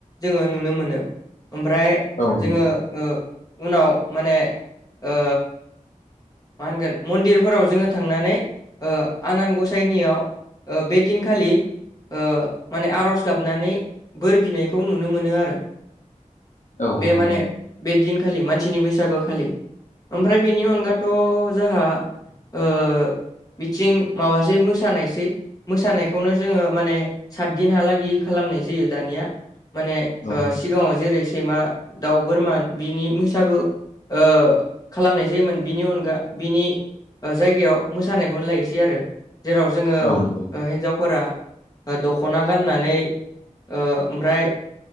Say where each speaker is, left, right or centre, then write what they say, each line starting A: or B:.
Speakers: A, on the left; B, on the left.
A: जोङो नुनो मोनो। ओमफ्राय
B: औ
A: जोङो
B: नंगौ
A: ओ उनाव माने ओ मा होनगोन मन्दिरफोराव जोङो थांनानै ओ आनान ग'साइनियाव ओ बे दिनखालि ओ माने आर'ज गाबनानै बोर बिनायखौ नुनो मोनो आरो।
B: औ
A: बे
B: नंगौ
A: माने बे दिनखालि मानसिनि बैसागो खालि ओमफ्राय बेनि अनगाथ' जाहा ओ बिथिं माबासै मोसानायसै मोसानायखौनो जोङो माने सातदिनहालागि खालामनाय जायो दानिया माने
B: औ
A: ओ सिगाङाव जेरै सैमा, दाउ, बोरमा बिनि मैसागो ओ खालामनाय जायोमोन बिनि अनगा बिनि ओ जायगायाव मोसानायखौनो लायसै आरो जेराव जोङो
B: औ नंगौ
A: ओ हिन्जावफोरा दख'ना गाननानै ओ ओमफ्राय